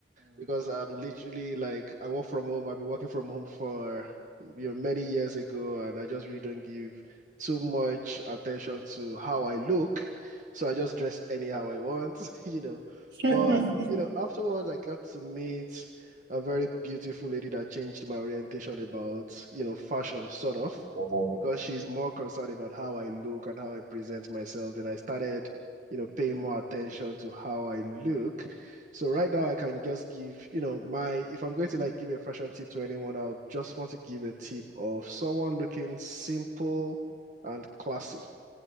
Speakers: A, on the right; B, on the right.
A: because I'm literally like I work from home. I've been working from home for you know many years ago, and I just really don't give too much attention to how I look. So I just dress anyhow I want, <laughs> you know. But
B: Mm-hmm. <laughs>
A: you know, afterwards I got to meet a very beautiful lady that changed my orientation about, you know, fashion sort of,
B: Oh,
A: because she's more concerned about how I look and how I present myself. Then I started, you know, paying more attention to how I look. So right now I can just give, you know, my if I'm going to like give a fashion tip to anyone, I'll just want to give a tip of someone looking simple and classy.